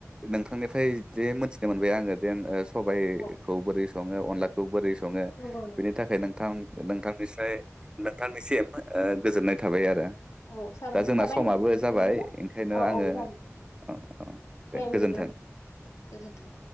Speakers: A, on the right (about 20°); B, on the left (about 70°).
A: नोंथांनिफ्राय जे मिथिनो मोनबाय आङो देन ओ सबाइखौ
B: औ
A: बोरै सङो अनलाखौ बोरै सङो
B: नंगौ नंगौ
A: बिनि थाखाय नोंथां नोंथां निसाय नोंथांनिसिम ओ गोजोननाय थाबाय आरो।
B: औ साबायखर
A: दा जोंना
B: थाबाय
A: समाबो
B: नोंथांनिसिमबो
A: जाबाय
B: ना
A: ओंखायनो
B: औ
A: आङो
B: औ जागोन
A: औ औ
B: दे
A: गोजोन्थों।
B: बिदिब्ला नोंथां गोजोन्थों।